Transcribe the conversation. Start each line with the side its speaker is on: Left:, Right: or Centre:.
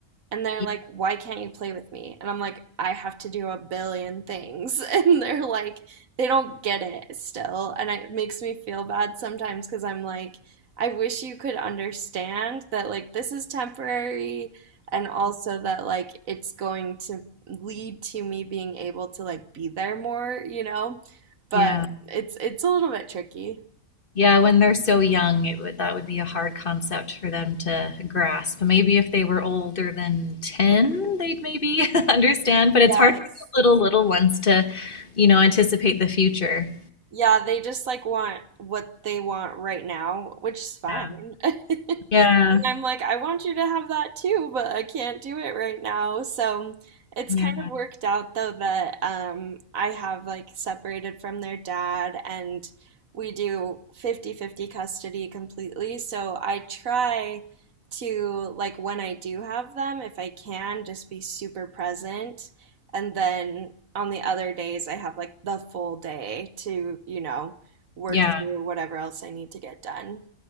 Right: And they're
Left: Yeah.
Right: like, why can't you play with me? And I'm like, I have to do a billion things. <laughs> And they're like, they don't get it still. And it makes me feel bad sometimes because I'm like, I wish you could understand that like this is temporary and also that like it's going to lead to me being able to like be there more, you know? But
Left: Yeah.
Right: it's it's a little bit tricky.
Left: Yeah, when they're so young, it would that would be a hard concept for them to grasp. Maybe if they were older than 10, they'd maybe <laughs> understand, but it's
Right: Yes.
Left: hard for the little little ones to, you know, anticipate the future.
Right: Yeah, they just like want what they want right now, which is fine.
Left: Yeah.
Right: <laughs>
Left: Yeah.
Right: I'm like, I want you to have that too, but I can't do it right now. So it's
Left: Yeah.
Right: kind of worked out though that um, I have like separated from their dad and we do 50-50 custody completely. So I try to, like, when I do have them, if I can, just be super present. And then on the other days, I have like the full day to, you know, work
Left: Yeah.
Right: through whatever else I need to get done.